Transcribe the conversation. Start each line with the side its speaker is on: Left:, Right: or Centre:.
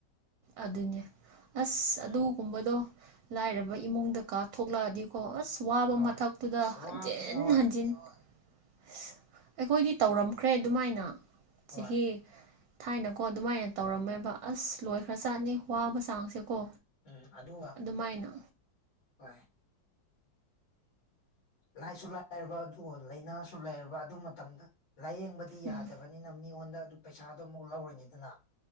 Right: ꯑꯗꯨꯅꯦ ꯑꯁ
Left: ꯎꯝ
Right: ꯑꯗꯨꯒꯨꯝꯕꯗꯣ ꯂꯥꯏꯔꯕ ꯏꯃꯨꯡꯗ ꯀꯥ ꯊꯣꯛꯂꯛꯑꯗꯤꯀꯣ ꯑꯁ ꯋꯥꯕ
Left: ꯍꯣꯏ
Right: ꯃꯊꯛꯇꯨꯗ
Left: ꯑꯁ
Right: ꯍꯟꯖꯤꯟ
Left: ꯋꯥꯕꯅꯦ ꯍꯣꯏ
Right: ꯍꯟꯖꯤꯟ ꯁ ꯑꯩꯈꯣꯏꯗꯤ ꯇꯧꯔꯝꯈ꯭ꯔꯦ ꯑꯗꯨꯃꯥꯏꯅ
Left: ꯍꯣꯏ
Right: ꯆꯍꯤ ꯊꯥꯏꯅꯀꯣ ꯑꯗꯨꯃꯥꯏꯅ ꯇꯧꯔꯝꯃꯦꯕ ꯑꯁ ꯂꯣꯏꯈ꯭ꯔ ꯆꯥꯠꯅꯤ ꯋꯥꯕ ꯆꯥꯡꯁꯦꯀꯣ
Left: ꯎꯝ ꯑꯗꯨꯒ
Right: ꯑꯗꯨꯃꯥꯏꯅ
Left: ꯍꯣꯏ ꯂꯥꯏꯁꯨ ꯂꯥꯏꯔꯕ ꯑꯗꯨꯒ ꯂꯥꯏꯅꯥꯁꯨ ꯂꯥꯏꯔꯕ ꯑꯗꯨ ꯃꯇꯝꯗ ꯂꯥꯏꯌꯦꯡꯕꯗꯤ
Right: ꯎꯝ
Left: ꯌꯥꯗꯕꯅꯤꯅ ꯃꯤꯉꯣꯟꯗ ꯑꯗꯨ ꯄꯩꯁꯥꯗꯣ ꯑꯃꯨꯛ ꯂꯧꯔꯅꯤꯗꯅ